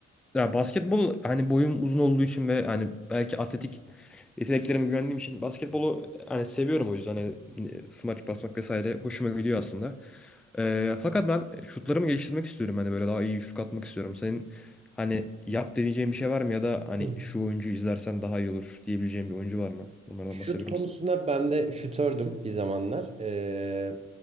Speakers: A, in the centre; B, on the right (about 20°).
A: Ya basketbol hani boyum uzun olduğu için ve hani belki atletik yeteneklerime güvendiğim için basketbolu hani seviyorum o yüzden hani smaç basmak vesaire hoşuma gidiyor aslında. Ee, fakat ben şutlarımı geliştirmek istiyorum hani böyle daha iyi şut atmak istiyorum. Senin hani yap deneyeceğin bir şey var mı ya da hani
B: Hı.
A: şu oyuncuyu izlersen daha iyi olur diyebileceğin bir oyuncu var mı? Bunlardan
B: Şut
A: bahsedebilir
B: konusunda
A: misin?
B: ben de şutördüm bir zamanlar. Ee,